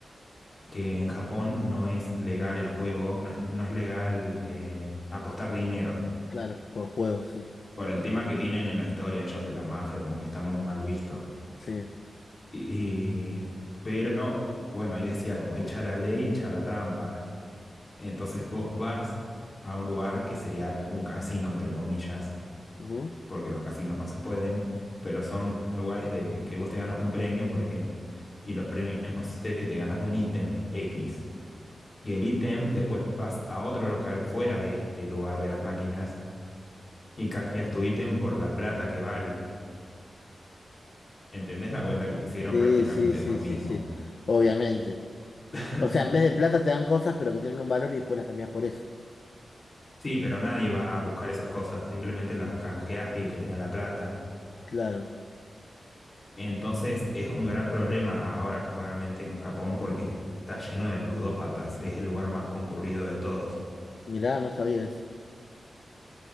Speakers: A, on the left; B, on the left.
A: que en Japón no es legal el juego, no es, no es legal eh, apostar dinero.
B: Claro, por juego, sí.
A: Por el tema que tienen en la historia ellos de la mafia, como que está muy mal visto.
B: Sí.
A: Y, pero, bueno, ahí decía como, echa la ley, echa la trampa. Entonces vos vas a un lugar que sería un casino, entre comillas,
B: Ujú.
A: porque los casinos no se pueden, pero son lugares de que vos te ganas un premio, por ejemplo, y los premios, no sé, te ganas un ítem X. y el ítem, después vas a otro local fuera de este lugar de las máquinas y canjeas tu ítem por la plata que vale. ¿Entendés la vuelta que le hicieron?
B: Sí,
A: Prácticamente
B: sí, sí,
A: es lo mismo.
B: sí, sí. Obviamente.
A: <laughs>
B: O sea, en vez de plata te dan cosas, pero que tienen un valor y después las cambias por eso.
A: Sí, pero nadie va a buscar esas cosas, simplemente las canjeas y el que tiene la plata.
B: Claro.
A: Entonces es un gran problema ahora actualmente en Japón porque está lleno de ludópatas, es el lugar más concurrido de todos.
B: Mirá, no sabía eso.